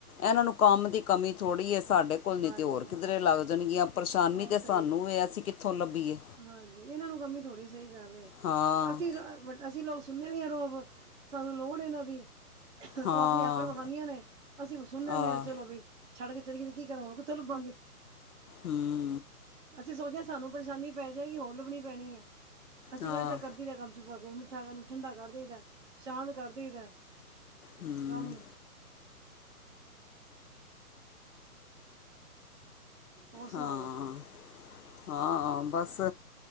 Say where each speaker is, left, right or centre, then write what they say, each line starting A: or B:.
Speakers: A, on the left; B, on the right.
A: ਇਹਨਾਂ ਨੂੰ ਕੰਮ ਦੀ ਕਮੀ ਥੋੜ੍ਹੀ ਹੈ। ਸਾਡੇ ਸਾਡੇ ਕੋਲ ਨਹੀਂ
B: ਹਾਂਜੀ
A: ਤੇ ਹੋਰ ਕਿੱਧਰੇ ਲੱਗ ਜਾਣਗੀਆਂ। ਪਰੇਸ਼ਾਨੀ
B: ਆਹੋ
A: ਤੇ
B: ਸਹੀ
A: ਸਾਨੂੰ ਏ, ਅਸੀਂ ਕਿੱਥੋਂ ਲੱਭੀਏ?
B: ਹਾਂਜੀ, ਇਹਨਾਂ ਨੂੰ ਕਮੀ ਥੋੜੀ ਸਹੀ ਗੱਲ ਏ।
A: ਹਾਂ
B: ਅਸੀਂ ਅਸੀਂ ਲੋਕ ਸੁਣਨੇ ਵੀ ਹਾਂ ਰੋਅਬ। ਸਾਨੂੰ ਲੋੜ ਏ ਇਹਨਾਂ ਦੀ
A: ਹਾਂ
B: ਉਹ ਆਪਣੀ ਅਕੜ ਵਿਖਾਦੀਆਂ ਨੇ। ਅਸੀਂ ਹੁਣ ਸੁਣ ਲੈਂਦੇ
A: ਆ
B: ਹਾਂ ਚਲੋ ਬਈ। ਛੜ ਕੇ ਚਲੀ ਗਈ ਤੇ ਕੀ ਕਰਾਂ। ਹੋਰ ਕਿੱਥੋਂ ਲੱਭਾਂਗੇ।
A: ਹਮ
B: ਅਸੀਂ ਸੋਚਦੇ ਹਾਂ ਸਾਨੂੰ ਪਰੇਸ਼ਾਨੀ ਪੈ ਜਾਏਗੀ ਹੋਰ ਲੱਭਣੀ ਪੈਣੀ ਹੈ ਅਸੀਂ
A: ਆ
B: ਕਹਿੰਦੇ ਚੱਲ ਕਰਦੀ ਰਹਿ ਕੰਮ। ਵਿੱਚ ਪਾ ਕੇ ਮਿੱਠਾ ਕੰਮ ਠੰਡਾ ਕਰ ਦੇਈਦਾ ਸ਼ਾਂਤ ਕਰਦੇਈ ਦਾ
A: ਹੂੰ
B: ਕੰਮ। ਹੋਰ ਸੁਣਾਓ?
A: ਹਾਂ, ਹਾਂ, ਬਸ।